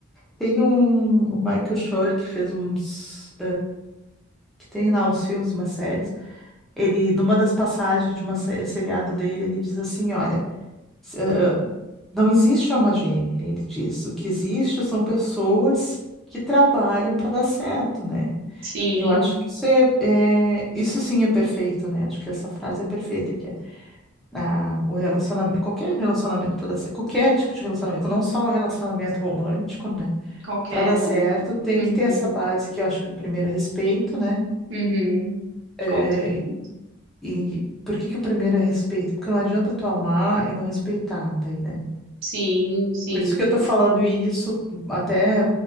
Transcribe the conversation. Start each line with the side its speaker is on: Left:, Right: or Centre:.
Centre: tem um, o Michael Shore que fez uns. que tem lá uns filmes, umas séries. Ele, numa das passagens de uma sé- seriado dele, ele diz assim: Olha, s- eh, não existe alma gêmea. Ele diz: O que existe são pessoas que trabalham para dar certo, né?
Right: sim,
Centre: E eu acho que isso é, é- isso sim é perfeito, né? Acho que essa frase é perfeita, que é ah, o relacionamento, qualquer relacionamento para dar certo, qualquer tipo de relacionamento, não só o relacionamento romântico, né?
Right: qualquer
Centre: Para dar certo,
Right: um.
Centre: tem
Right: Uhum,
Centre: que ter essa base que eu acho que é o primeiro é respeito, né?
Right: uhum.
Centre: Eh,
Right: Com certeza.
Centre: E por que que o primeiro é respeito? Porque não adianta tu amar e não respeitar daí, né?
Right: Sim, sim.
Centre: Por isso que eu tô falando isso, até